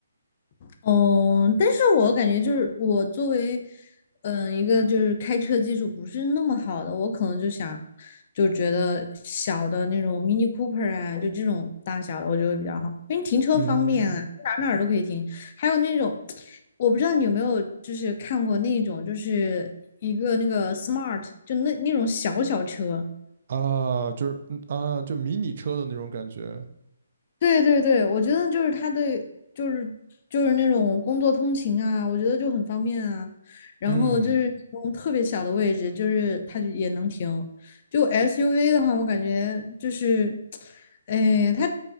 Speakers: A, on the left; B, on the right.
A: 嗯，但是我感觉就是我作为，嗯、一个就是开车技术不是那么好的，我可能就想，就觉得小的那种 Mini Cooper 啊，就这种大小的，我觉得会比较好，因为停车方便啊，
B: 嗯
A: 哪哪儿都可以停。还有那种，我不知道你有没有就是看过那种，就是一个那个 Smart，就那那种小小车，
B: 啊，就是嗯啊，就迷你车的那种感觉。
A: 对对对，我觉得就是他对，就是就是那种工作通勤啊，我觉得就很方便啊。然后就是那种特别小的位置，
B: 嗯
A: 就是它就也能停。就 SUV 的话，我感觉就是，哎，它